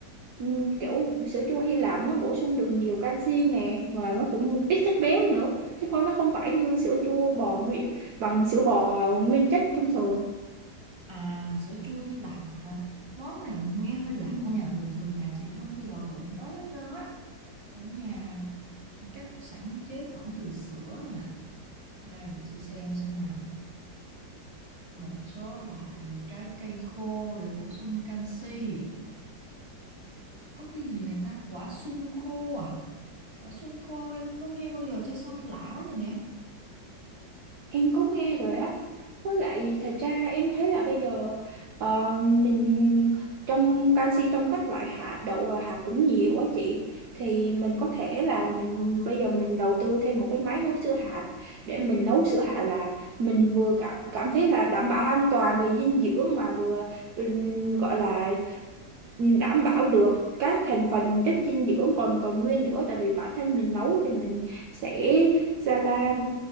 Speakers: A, on the right (about 65°); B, on the right (about 20°).
A: Ừm, kiểu sữa chua Hy Lạp nó bổ sung được nhiều canxi nè và nó cũng ít chất béo nữa chứ không nó không phải như sữa chua bò nguyên bằng sữa bò nguyên chất thông thường
B: À, sữa chua Hy Lạp hả? Món này nghe hơi lạ
A: Ừ,
B: nha, bình thường nhà chị không bao giờ đụng tới hết trơn á. Ở nhà các sản chế phẩm từ sữa nha. Đây để chị xem xem nào. Một số loại trái cây khô để bổ sung canxi. Có cái gì nè ta? Quả sung khô à? Quả sung khô em có nghe bao giờ chưa sao lạ quá vậy nè.
A: em có nghe rồi á Với lại thật ra em thấy là bây giờ ờ, mình trong canxi trong các loại hạt đậu và hạt cũng nhiều quá chị thì mình có thể là mình bây giờ mình đầu tư thêm một cái máy nấu sữa hạt để mình nấu sữa hạt là mình vừa cảm, cảm thấy là đảm bảo an toàn về dinh dưỡng mà vừa ừm, gọi là ừm, đảm bảo được các thành phần chất dinh dưỡng còn còn nguyên nữa tại vì bản thân mình nấu thì mình sẽ sao ta